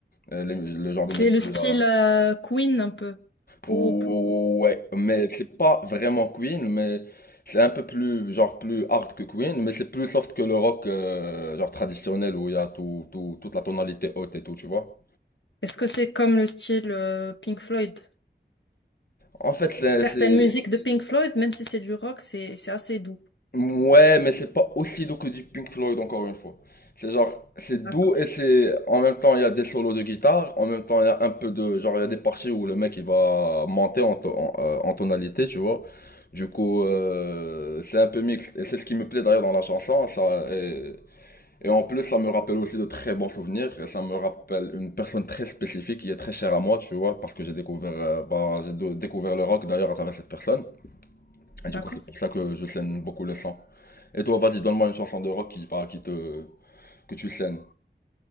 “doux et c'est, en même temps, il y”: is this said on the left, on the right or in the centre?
Left